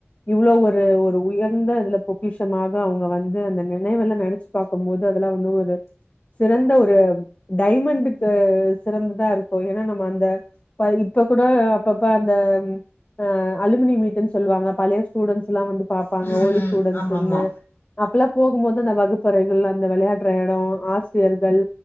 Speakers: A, on the left (about 30°); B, on the left (about 65°).
A: இவ்ளோ ஒரு ஒரு உயர்ந்த இதுல பொக்கிஷமாக அவுங்க வந்து அந்த நினைவெல்லா நினச்ச பார்க்கும் போது அதெல்லா வந்து ஒரு சிறந்த ஒரு டைமண்டுக்கு சிறந்ததா இருக்கு ஏன்னா நம்ம அந்த இப்ப கூட அப்பப்ப அந்த அ அலுமினிய மீட்ன்னு சொல்லுவாங்க பழைய ஸ்டூடெட்ஸ் எல்லா வந்து பாப்பாங்க
B: ம்
A: ஓல்டு ஸ்டூடெட்ஸ்ன்னு
B: ஆமா ஆமா
A: அப்பெல்லா போகும்போது அந்த வகுப்பறைகள் அந்த விளையாடுற இடம் ஆசிரியர்கள்